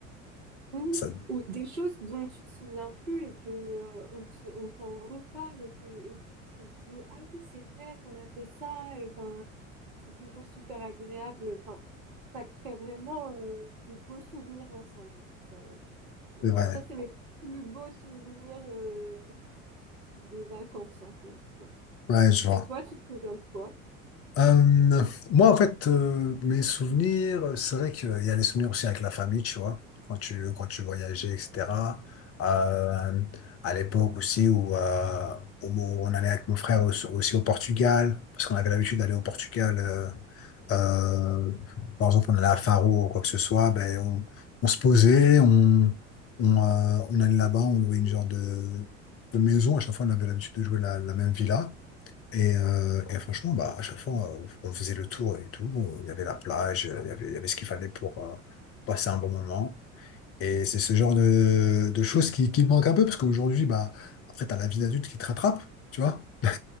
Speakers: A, on the right; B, on the left.
A: Oui,
B: Ça,
A: ou des choses dont tu te souviens plus et que euh, on te- on t'en reparle et, t'es- et tu te dis ah oui c'est vrai qu'on a fait ça Et, enfin c'est toujours super agréable enfin ça crée vraiment euh, de beaux souvenirs ensemble en tout cas euh. Bon,
B: c'est vrai.
A: ça c'est mes plus beaux souvenirs euh, de vacances un peu tu vois
B: ouais, je vois.
A: et toi, tu te souviens de quoi?
B: Euh, moi, en fait, euh, mes souvenirs, c'est vrai qu'il y a les souvenirs aussi avec la famille, tu vois, quand tu, quand tu voyageais, etc. Euh, à l'époque aussi où, euh, où on allait avec mon frère aussi, aussi au Portugal, parce qu'on avait l'habitude d'aller au Portugal. euh, euh, par exemple, on allait à Faro ou quoi que ce soit, ben, on, on se posait, on, on, euh, on allait là-bas, on louait une genre de, de maison. À chaque fois, on avait l'habitude de jouer la, la même villa. Et, euh, et franchement, bah, à chaque fois, euh, on faisait le tour et tout. Il y avait la plage, il y avait, il y avait ce qu'il fallait pour euh, passer un bon moment. Et c'est ce genre de, de choses qui, qui me manquent un peu, parce qu'aujourd'hui, bah, après, t'as la vie d'adulte qui te rattrape, tu vois. <laughs>